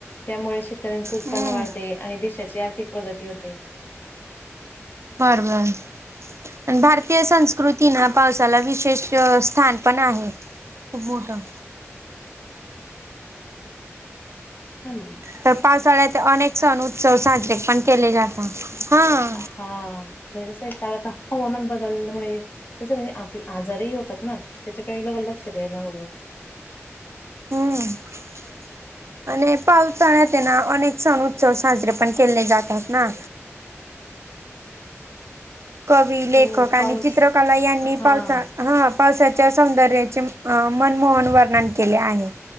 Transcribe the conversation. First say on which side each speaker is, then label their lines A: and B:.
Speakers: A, on the left (about 45°); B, on the right (about 65°).
A: त्यामुळे शेतकऱ्यांचे उत्पन्न
B: हम्म
A: वाढते आणि देशाची आर्थिक प्रगती होते.
B: बर बर आणि भारतीय संस्कृती ना पावसाला विशेष स्थान. पण आहे खूप मोठं.
A: हम.
B: तर पावसाळ्यात अनेक सण, उत्सव साजरे पण केले जातात, हां.
A: हा म्हणजे कसं कालता हवामान बदलल्यामुळे. कसं म्हणजे आप-आजारही होतात ना, त्याच्याकडे डबल लक्ष द्यायला हवं.
B: हम्म. आणि पावसाळ्यात ये ना अनेक सण, उत्सव साजरे पण केले जातात ना. कवी, लेखक
A: हो
B: आणि
A: पाऊस
B: चित्रकला यांनी
A: हा
B: पावसा ह पावसा च्या सौंदर्याचे मनमोहन वर्णन केले आहे,